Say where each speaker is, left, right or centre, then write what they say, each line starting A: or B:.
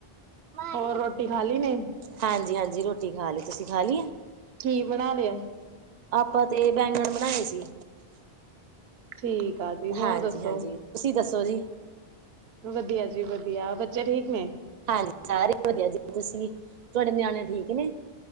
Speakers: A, on the right (about 70°); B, on the right (about 55°).
A: ਹੋਰ ਰੋਟੀ ਖਾ ਲਈ ਨੇ।
B: ਹਾਂਜੀ-ਹਾਂਜੀ, ਰੋਟੀ ਖਾ ਲਈ ਤੁਸੀਂ ਖਾ ਲਈਏ?
A: ਕੀ ਬਣਾ ਲਿਆ।
B: ਆਪਾਂ ਤੇ ਬੈਂਗਣ ਬਣਾਏ ਸੀ।
A: ਠੀਕ ਆ ਜੀ ਹੋਰ
B: ਹਾਂਜੀ
A: ਦੱਸੋ?
B: ਹਾਂਜੀ ਤੁਸੀਂ ਦੱਸੋ ਜੀ।
A: ਵਧੀਆ ਜੀ ਵਧੀਆ, ਬੱਚੇ ਠੀਕ ਨੇ।
B: ਹਾਂਜੀ ਸਾਰੇ ਵਧੀਆ, ਜੀ ਤੁਸੀਂ। ਨਿਆਣੇ ਠੀਕ ਨੇ